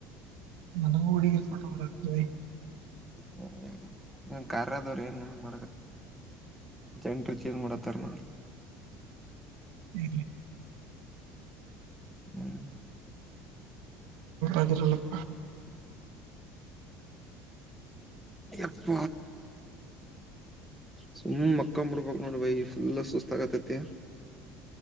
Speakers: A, on the right; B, in the centre.
A: ನ ೂಡಫೋಟೋಗ್ರಾಫಿ
B: ಹ್ಮ ಹ್ಮ ಕಾರಖದವ್ರ ಏನ್ ಮಾಡಕ ಜನರಿ ಚೇಜ್ ಮಾಡತ್ತಾರ ನ
A: ಇ
B: ಹ್ಮ್
A: ಎದರಲ್ಲಪ್ಪ
B: ಅಪ್ಪ ಸುಮ್ಮ್ ಅಕ್ಕಂಬಡ್ಬಕ್ ನೋಡ ಬೈ ಫುಲ್ ಸುಸ್ತ ಆಾಗತತಿ